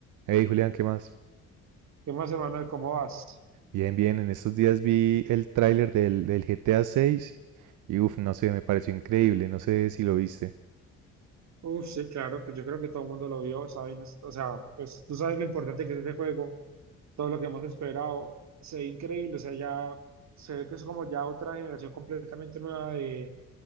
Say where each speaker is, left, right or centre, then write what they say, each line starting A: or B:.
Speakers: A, on the right; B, on the right.
A: Hey Julián, ¿qué más?
B: ¿Qué más, Emanuel? ¿Cómo vas?
A: Bien, bien, en estos días vi el tráiler del, del GTA 6 y uff, no sé, me pareció increíble, no sé si lo viste.
B: Uf, sí, claro, pues yo creo que todo el mundo lo vio, ¿sabes? O sea, pues tú sabes lo importante que es este juego, todo lo que hemos esperado, se ve increíble, o sea, ya se ve que es como ya otra generación completamente nueva de,